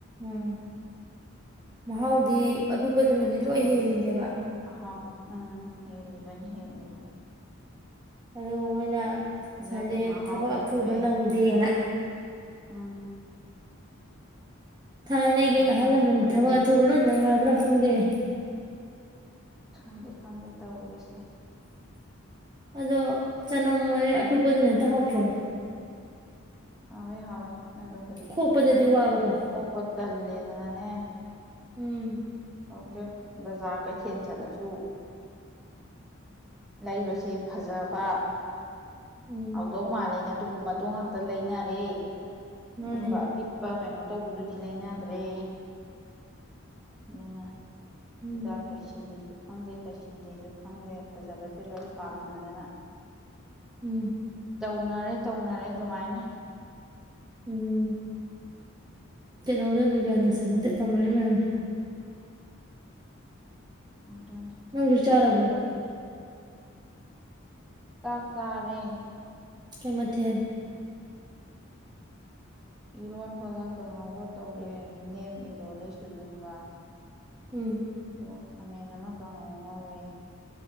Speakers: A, on the right (about 20°); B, in the centre.
A: ꯎꯝ ꯃꯍꯥꯎꯗꯤ ꯑꯄꯤꯛꯄꯗꯨꯅꯗꯤ
B: ꯍꯨꯠꯆꯤꯟꯈ꯭ꯔꯦ
A: ꯂꯣꯏ ꯍꯦꯜꯂꯤꯅꯦꯕ
B: ꯃꯍꯥꯎ ꯎꯝ ꯍꯦꯜꯂꯤꯕꯅꯤ ꯍꯦꯜꯂꯤꯕꯅꯤ
A: ꯑꯗꯨꯒ ꯃꯣꯏꯅ
B: ꯆꯤꯟꯖꯥꯛꯀꯤ
A: ꯍꯥꯏꯗꯤ
B: ꯃꯍꯥꯎ
A: ꯊꯕꯛ
B: ꯂꯩꯇꯔꯦ
A: ꯑꯊꯨꯕ ꯅꯪꯗꯦꯅ
B: ꯎꯝ
A: ꯊꯥꯏꯅ ꯑꯩꯒꯤ
B: ꯍꯛꯆꯥꯡ
A: ꯑꯍꯜ ꯂꯃꯟ
B: ꯁꯣꯛꯍꯜꯂꯤ
A: ꯊꯕꯛ ꯑꯊꯨꯕ ꯂꯣꯏ ꯅꯪꯅꯕ꯭ꯔꯥ ꯍꯪꯗꯦ
B: ꯈꯪꯗꯦ ꯈꯪꯗꯦ ꯇꯧꯔꯨꯔꯤꯁꯦ
A: ꯑꯗꯣ ꯆꯅꯝꯔꯦ ꯑꯄꯤꯛꯄꯗꯨꯅ ꯍꯦꯛꯇ ꯍꯕ꯭ꯔꯣ
B: ꯍꯋꯦ ꯍꯋꯦ ꯑꯗꯣ ꯍꯧꯖꯤꯛꯇꯤ
A: ꯈꯣꯛꯄꯗꯗꯤ ꯋꯥꯕꯀꯣ
B: ꯄꯣꯛꯄ ꯇꯂꯦꯗ ꯅꯅꯦ
A: ꯎꯝ
B: ꯌꯥꯧꯗ꯭ꯔꯦ ꯕꯖꯥꯔ ꯀꯩꯊꯦꯜ ꯆꯠꯂꯁꯨ ꯂꯩꯕꯁꯦ ꯐꯖꯕ
A: ꯎꯝ
B: ꯍꯧꯗꯧ ꯃꯥꯜꯂꯤꯅ ꯑꯗꯨꯒꯨꯝꯕꯗꯣ ꯉꯥꯛꯇ ꯂꯩꯅꯔꯦ
A: ꯃꯥꯅꯤ
B: ꯑꯗꯨꯝꯕ ꯑꯄꯤꯛꯄ ꯀꯩꯅꯣ ꯑ ꯇꯧꯕꯗꯨꯗꯤ ꯂꯩꯅꯗ꯭ꯔꯦ ꯑꯗꯨꯅ
A: ꯎꯝ
B: ꯍꯤꯗꯥꯛ ꯇꯩꯁꯜꯂꯤ ꯈꯪꯗꯦ ꯆꯩꯁꯤꯟꯗꯦꯁꯨ ꯈꯪꯗꯦ ꯐꯖꯕꯁꯦ ꯂꯣꯏ ꯄꯥꯝꯅꯗꯅ
A: ꯎꯝ
B: ꯇꯧꯅꯔꯦ ꯇꯧꯅꯔꯦ ꯑꯗꯨꯃꯥꯏꯅ
A: ꯎꯝ ꯀꯗ ꯑꯣꯗꯅ ꯀꯗꯁꯤꯦꯂ ꯇꯅ ꯃ
B: ꯑꯗꯨꯅꯤ
A: ꯅꯪ ꯆꯔꯔꯕꯣ
B: ꯆꯥꯛꯇꯥꯥꯔꯦ
A: ꯀꯃꯊꯦꯜ
B: ꯏꯔꯣꯟꯕꯒ ꯀꯪꯉꯧꯕ ꯇꯧꯔꯦ ꯌꯦꯅꯦꯝ ꯏꯔꯣꯂꯦ ꯁꯣꯏꯕꯨꯝꯒ
A: ꯎꯝ
B: ꯑꯣ ꯈꯥꯃꯦꯟ ꯑꯃꯈꯉꯧ ꯉꯧꯔꯦ